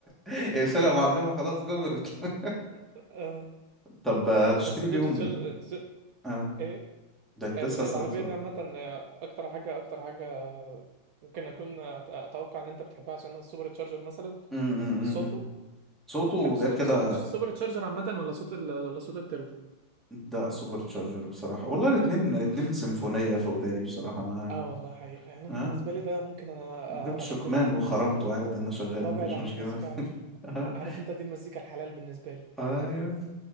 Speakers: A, in the centre; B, on the right.
A: اقفلها يا معلمة خلاص جمرت <laughs>
B: <laughs> اه
A: طب آه، هتشتري
B: بس الدوج
A: بيهم
B: تشال الج-
A: اه
B: ايه
A: ده كنت
B: ال-
A: لسه
B: العربية
A: هسألك
B: دي عامة هي أكتر حاجة أكتر حاجة ممكن أكون أت- أتوقع إن أنت بتحبها عشانها السوبر تشارجر مثلا
A: سؤال
B: صوته
A: صوته
B: بتحب السوبر-
A: غير كده
B: صوت السوبر تشارجر عامة ولا صوت ال... ولا صوت التربو؟
A: ده سوبر تشارجر بصراحة والله الاتنين اتنين
B: أوف
A: سيمفونية
B: يا نهار أبيض
A: في وداني بصراحة ما
B: آه والله حقيقة يعني أنا
A: اه
B: بالنسبة لي ده ممكن أنا
A: جبت
B: أ-
A: شكمان
B: أبدله عن المزيكا
A: وخرمته
B: وما
A: عادي انا شغال
B: وأبعد
A: مفيش
B: عن
A: مشكلة
B: المزيكا
A: <laughs>
B: عارف أنت دي المزيكا الحلال بالنسبة لي
A: ايوه